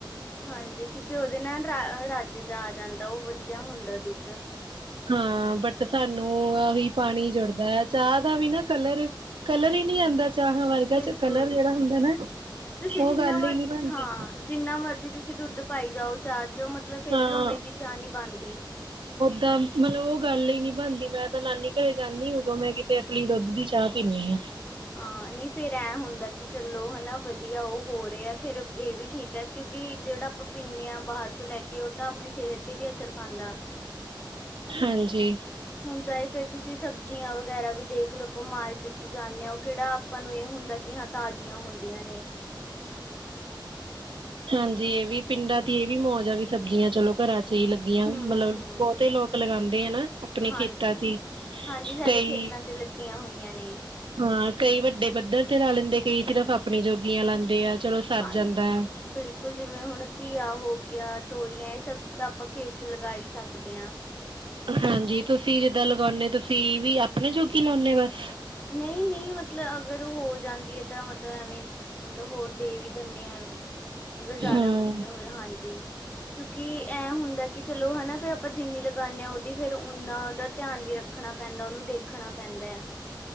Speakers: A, on the left; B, on the right.
A: ਹਾਂਜੀ। ਕਿਉਂਕਿ ਉਹਦੇ ਨਾਲ, ਰਾ ਰਾਜ- ਜਾ ਜਾਂਦਾ, ਉਹ ਵਧੀਆ ਹੁੰਦਾ ਦੁੱਧ।
B: ਹਾਂ, ਬਟ ਸਾਨੂੰ ਉਹੀ ਪਾਣੀ ਜੁੜਦਾ ਆ, 'ਚਾਹ ਦਾ ਵੀ ਨਾ, ਕਲਰ- ਕਲਰ ਹੀ ਨਹੀਂ ਆਉਂਦਾ। ਚਾਹਾਂ ਵਰਗਾ'ਚ
A: ਬਿਲਕੁਲ
B: ਕਲਰ ਜਿਹੜਾ ਹੁੰਦਾ ਨਾ,
A: ਤੁਸੀਂ
B: ਉਹ
A: ਜਿੰਨਾ
B: ਗੱਲ
A: ਮਰਜ਼ੀ
B: ਹੀ ਨੀ, ਬਣਦੀ।
A: ਹਾਂ ਜਿੰਨਾ ਮਰਜ਼ੀ ਤੁਸੀਂ ਦੁੱਧ ਪਾਈ ਜਾਓ ਚਾ'ਚ ਚ ਮਤਲਬ ਫੇਿਰ
B: ਹਾਂ
A: ਵੀ ਉਵੇਂ ਦੀ ਚਾਹ ਨੀ ਬਣਦੀ
B: ਤਾਂ ਮਤਲਬ ਉਹ ਗੱਲ ਹੀ ਨਹੀਂ ਬਣਦੀ ਮੈਂ ਤਾਂ ਨਾਨੀ ਘਰੇ ਜਾਂਦੀ ਉਦੋਂ ਮੈਂ ਕਿਤੇ ਅਸਲੀ ਦੁੱਧ ਦੀ ਚਾਹ ਪੀਂਦੀ ਹਾਂ ਨ
A: ਹਾਂ ਨਹੀਂ ਫੇਰ ਐਂ ਹੁੰਦਾ ਕਿ ਚਲੋ ਹਨਾ ਵਧੀਆ ਉਹ ਹੋ ਰਿਹਾ ਫੇਰ ਇਹ ਵੀ ਠੀਕ ਹੈ ਕਿਉਂਕਿ ਜਿਹੜਾ ਆਪਾਂ ਪੀਂਦੇ ਹਾਂ ਬਾਹਰ ਤੋਂ ਲੈ ਕੇ ਉਹ ਤਾਂ ਆਪਣੀ ਸਿਹਤ ਤੇ ਵੀ ਅਸਰ ਪਾਉਂਦਾ
B: ਹਾਂਜੀ
A: ਹੁਣ ਚਾਹੇ ਫੇਰ ਤੁਸੀਂ ਸਬਜ਼ੀਆਂ ਵਗੈਰਾ ਵੀ ਦੇਖ ਲਓ ਆਪਾਂ ਮਾਰਕੀਟ ਚ ਜਾਂਦੇ ਹੋ ਕਿਹੜਾ ਆਪਾਂ ਨੂੰ ਇਹ ਹੁੰਦਾ ਕਿ ਹਾਂ ਤਾਜ਼ੀਆਂ ਹੁੰਦੀਆਂ ਨੇ
B: ਹਾਂਜੀ ਇਹ ਵੀ ਪਿੰਡਾਂ ਦੀ ਇਹ ਵੀ ਮੌਜ ਆ ਵੀ ਸਬਜ਼ੀਆਂ ਚਲੋ ਘਰਾਂ ਜ ਲੱਗੀਆਂ
A: ਹੂੰ
B: ਮਤਲਬ
A: ਹੂੰ
B: ਬਹੁਤੇ ਲੋਕ ਲਗਾਉਂਦੇ ਆ ਨਾ ਆਪਣੇ
A: ਹਾਂਜੀ।
B: ਖੇਤਾਂ ਚ
A: ਹਾਂਜੀ ਸਾਡੇ
B: ਕਈ
A: ਖੇਤਾਂ ਚ ਲੱਗੀਆਂ ਹੋਈਆਂ ਨੇ।
B: ਹਾਂ ਕਈ ਵੱਡੇ ਬਧਰ ਤੇ ਲਾ ਲੈਂਦੇ ਕਈ ਸਿਰਫ਼ ਆਪਣੀ ਜੋਗੀਆਂ ਲਾਂਦੇ ਆ ਸਰ
A: ਹਾਂਜੀ
B: ਜਾਂਦਾ ਹੈ
A: ਬਿਲਕੁਲ ਜਿਵੇਂ ਹੁਣ ਘੀਆ ਹੋ ਗਿਆ ਤੋਰੀਆਂ ਇਹ ਸਭ ਤਾਂ ਆਪਾਂ ਖੇਤ ਚ ਲਗਾ ਹੀ ਸਕਦੇ ਹਾਂ
B: ਹਾਂਜੀ ਤੁਸੀਂ ਜਿੱਦਾਂ ਲਗਾਉਂਦੇ ਤੁਸੀਂ ਵੀ ਆਪਣੇ ਜੋਗੀ ਲਾਉਂਦੇ ਬਸ
A: ਨਹੀਂ ਨਹੀਂ ਮਤਲਬ ਅਗਰ ਹੋ ਜਾਂਦੀ ਹੈ ਤਾਂ ਮਤਲਬ ਐਵੇਂ ਮਤਲਬ ਹੋਰ ਦੇ ਵੀ ਦਿੰਦੇ ਆਾਂ ਅਗਰ ਜ਼ਿਆਦਾ
B: ਹਮ
A: ਵਧੀਆ ਹੋਏ ਹਾਂਜੀ ਕਿਉਂਕਿ ਐ ਹੁੰਦਾ ਕਿ ਚਲੋ ਹਨਾ ਫਿਰ ਆਪਾਂ ਜਿੰਨੀ ਲਗਾਉਂਦੇ ਹਾਂ ਉਹਦੀ ਫਿਰ ਓਨਾ ਦਾ ਧਿਆਨ ਵੀ ਰੱਖਣਾ ਪੈਂਦਾ ਉਹਨੂੰ ਦੇਖਣਾ ਪੈਂਦਾ ਹੈ